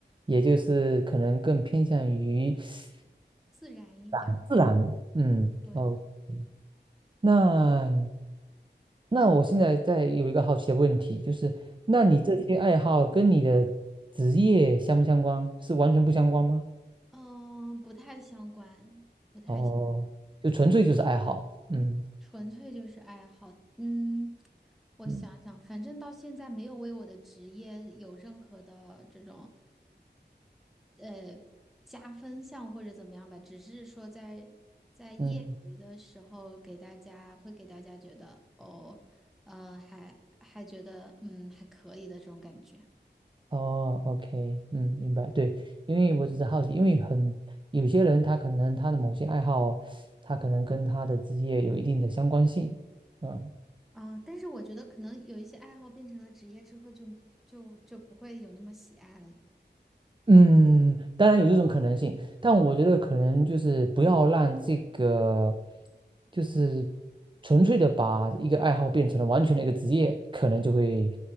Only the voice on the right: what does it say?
也就是可能更偏向于自
然，自然，嗯哦，OK。
那那我现在在有一个好奇的问题，就是那你这些爱好跟你的职业相不相关？
是完全不相关吗？
哦，就纯粹就是爱好，嗯
嗯，
嗯，
哦，OK，嗯，明白，对，因为我只是好奇，因为很有些人他可能他的某些爱好，他可能跟他的职业有一定的相关性，嗯。
嗯，当然有这种可能性，但我觉得可能就是不要让这个，就是纯粹的把一个爱好变成了完全的一个职业，可能就会